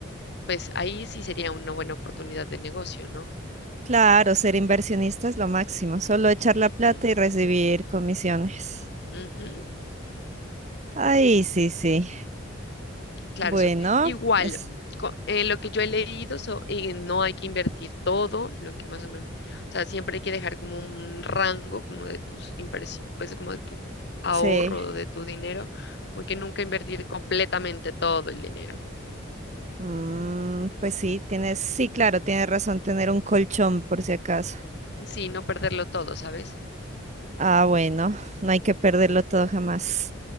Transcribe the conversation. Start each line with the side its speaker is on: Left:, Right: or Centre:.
Left: pues ahí sí sería una buena oportunidad de negocio, ¿no?
Right: Claro, ser inversionista es lo máximo, solo echar la
Left: Ujú,
Right: plata y recibir comisiones.
Left: ujú.
Right: Ay, sí, sí.
Left: Claro,
Right: Bueno,
Left: Sof. Igual,
Right: es,
Left: co- eh, lo que yo he leído, so- eh, no hay que invertir todo, lo que más o menos, o sea, siempre hay que dejar como un rango, como de tus inversiones, pues como de tu ahorro,
Right: sí.
Left: de tu dinero, porque nunca invertir completamente todo el dinero.
Right: Mm, pues sí, tienes, sí, claro, tienes razón, tener un colchón por si acaso.
Left: Sí, no perderlo todo, ¿sabes?
Right: Ah, bueno, no hay que perderlo todo jamás.